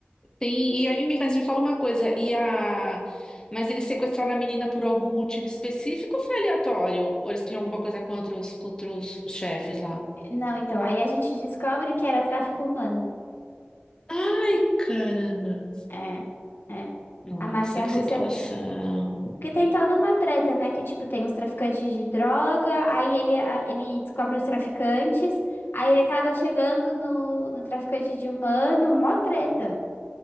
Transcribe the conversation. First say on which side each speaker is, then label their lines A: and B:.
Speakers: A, on the left; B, on the left.
A: Tem, e aí me, mas me fala uma coisa, e a... mas eles sequestraram a menina por algum motivo específico ou foi aleatório? Ou eles tinham alguma coisa contra os, contra os os chefes lá?
B: Não, então, aí a gente descobre que era tráfico humano.
A: Ai, caramba!
B: É, é.
A: Nossa,
B: A Márcia
A: que
B: Rússia,
A: situação!
B: porque tem toda uma treta, né? Que, tipo, tem os traficantes de droga, aí ele, a- ele descobre os traficantes, aí ele acaba chegando no, no traficante de humano, mó treta.